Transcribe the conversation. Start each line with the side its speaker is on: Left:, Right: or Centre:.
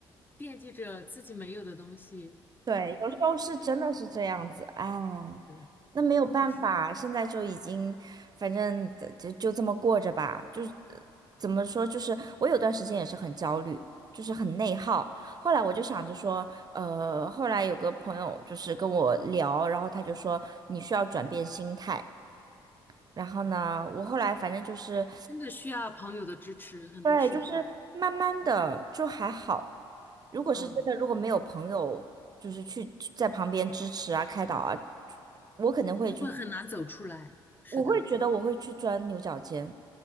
Left: 惦记着自己没有的东西，
Right: 对，有时候是真的是这样子，哎，
Left: 嗯，
Right: 那没有办法，
Left: 就是
Right: 现在就已经，反正就就就这么过着吧。就是呃怎么说，就是我有段时间也是很焦虑，就是很内耗。后来我就想着说，呃，后来有个朋友就是跟我聊，然后他就说你需要转变心态。然后呢，我后来反正就是
Left: 真的需要朋友的支持，很多时候，
Right: 对，就是慢慢的就还好。如果是真的，
Left: 嗯，
Right: 如果没有朋友就是去在旁边支持啊、开导啊，我可能会就
Left: 就会很难走出来。是的，
Right: 我会觉得我会去钻牛角尖。